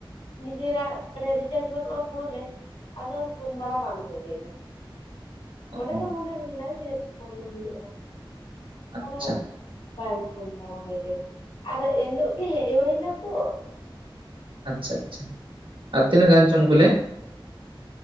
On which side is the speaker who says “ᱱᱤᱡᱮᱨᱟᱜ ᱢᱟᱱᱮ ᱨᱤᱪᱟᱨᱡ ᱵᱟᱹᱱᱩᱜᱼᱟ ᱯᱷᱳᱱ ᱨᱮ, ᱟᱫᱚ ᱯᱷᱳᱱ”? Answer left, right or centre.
Left